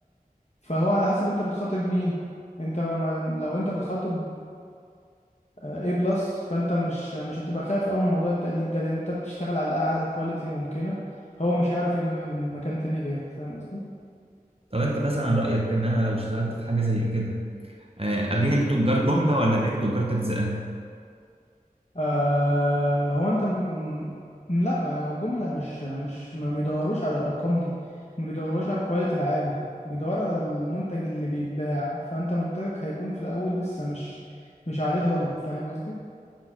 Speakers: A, on the left; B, on the right.
A: فهو على حسب انت بتخاطب مين انت ما ما- لو انت بتخاطب اي بلس فانت مش مش هتبقى خايف قوي من موضوع التقليد ده لان انت بتشتغل على اعلى كواليتي ممكنه هو مش هيعرف يجيبها من مكان تاني غيرك فاهم قصدي
B: طب انت مثلا رايك ان انا لو اشتغلت في حاجه زي كده آه، ابيع لتجار جمله ولا ابيع لتجار تجزئه
A: آه هو انت م... م- لا آه، جملة مش مش ما بيدوروش على الارقام دي ما بيدوروش على الكواليتي العالي بيدور على المنتج اللي بيتباع فانت منتجك هيكون في الاول لسه مش مش عليه طلب فاهم قصدي